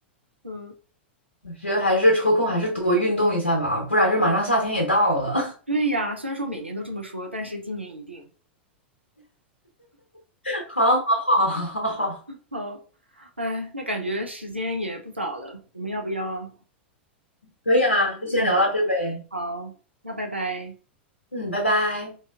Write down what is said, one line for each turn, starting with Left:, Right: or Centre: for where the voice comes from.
Right: 嗯，
Left: 我觉得还是抽空还是多运动一下吧，不然就马上夏天也到了。
Right: 对呀，虽然说每年都这么说，但是今年一定
Left: <laughs> 好，好，好，好，好，
Right: 好。哎，那感觉时间也不早了，我们要不要？
Left: 可以啊，就先聊到这呗。
Right: 嗯，好，那拜拜。
Left: 嗯，拜拜。